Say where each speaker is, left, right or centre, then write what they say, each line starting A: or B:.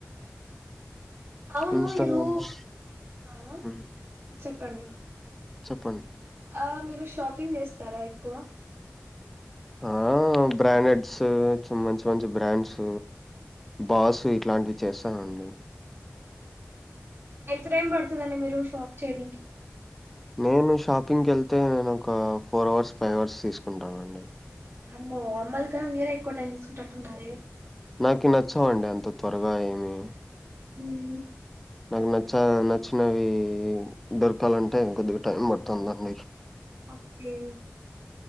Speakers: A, on the right (about 55°); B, in the centre.
A: అవును
B: ఇన్స్టాగ్రామ్
A: మీరు
B: లో
A: ఆ
B: హ్మ్.
A: చెప్పండి.
B: చెప్పండి.
A: ఆ మీరు షాపింగ్ చేస్తారా ఎక్కువ.
B: ఆ బ్రాండెడ్స్ మంచి మంచి బ్రాండ్స్ బాస్ ఇట్లాంటివి చేస్తానండి.
A: ఎంత టైం పడుతదండి మీరు షాప్ చేయనీకి.
B: నేను షాపింగ్కెళ్తే నేను ఒక ఫోర్ అవర్స్, ఫైవ్ అవర్స్ తీసుకుంటానండి.
A: అమ్మో అమ్ వాళ్ళు కాదు మీరే ఎక్కువ టైం తీసుకుంటునట్టున్నారే
B: నాకు నచ్చవండి అంత త్వరగా ఏమీ
A: హూమ్
B: నాకు నచ్చ నచ్చినవి దొరకాలంటే కొద్దిగా టైం పడుతాందండి
A: అక్కే